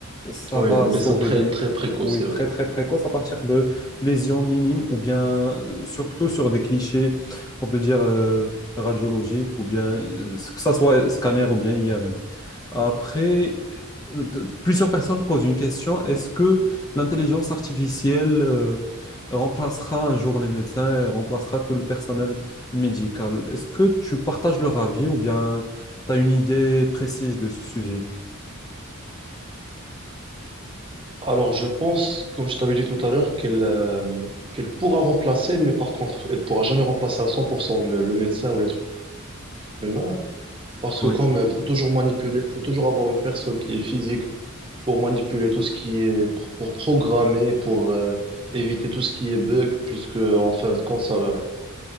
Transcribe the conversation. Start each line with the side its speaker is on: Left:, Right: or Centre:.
Left: ça
Right: Oui,
Left: va
Right: dans des
Left: sauver
Right: stades très,
Left: des...
Right: très précoces,
Left: Oui,
Right: c'est vrai.
Left: très très précoce à partir lésions minimes ou bien euh, surtout sur des clichés qu'on peut dire euh, radiologiques ou bien euh, que ça soit scanner ou bien IRM. Après, euh, plusieurs personnes posent une question, est-ce que l'intelligence artificielle euh, remplacera un jour les médecins et remplacera tout le personnel médical? Est-ce que tu partages leur avis ou bien tu as une idée précise de ce sujet?
Right: Alors, je pense, comme je t'avais dit tout à l'heure, qu'elle euh, qu'elle pourra remplacer, mais par contre, elle pourra jamais remplacer à 100% le, le médecin ou l'être humain, parce
Left: Oui,
Right: que comme il faut toujours manipuler, faut toujours avoir une personne qui est physique pour manipuler tout ce qui est, pro- pour programmer, pour euh, éviter tout ce qui est bug, puisque en fin de compte, ça reste